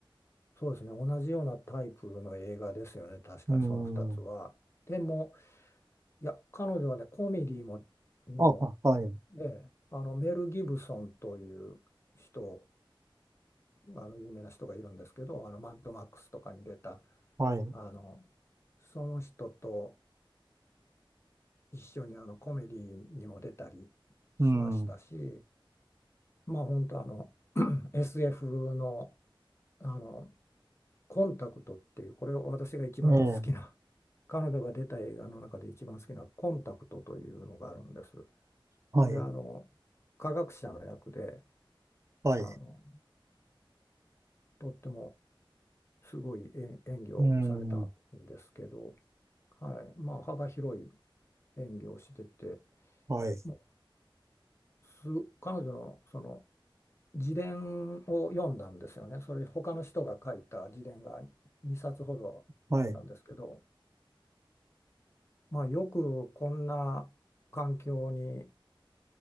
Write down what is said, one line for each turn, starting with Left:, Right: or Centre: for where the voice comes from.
Left: そうですね同じようなタイプの映画ですよね確かにその2つは。
Right: うーん。
Left: でもいや彼女はねコメディもにも
Right: あ、あはい。
Left: ね、ええあのメル・ギブソンという人あの有名な人がいるんですけどあのマッドマックスとかに出た
Right: はい。う
Left: あのその人と。一緒にあのコメディにも出たり
Right: ーん。
Left: しましたし、まあ本当あの SF <clears throat> の、あのコンタクトっていうこれを私が一番好きな
Right: ええ。
Left: 彼女が出た映画の中で一番好きなコンタクトというのがあるんです。
Right: はい。
Left: これはあの科学者の役で
Right: はい。
Left: あの
Right: う
Left: とってもすごい演演技をされたんですけど、
Right: ーん。
Left: はい、まあ幅広い演技をしてて、
Right: はい。
Left: もうす彼女のその自伝を読んだんですよね。それ他の人が書いた自伝が2冊ほど読んだんですけど、
Right: はい。
Left: まあ、よくこんな環境に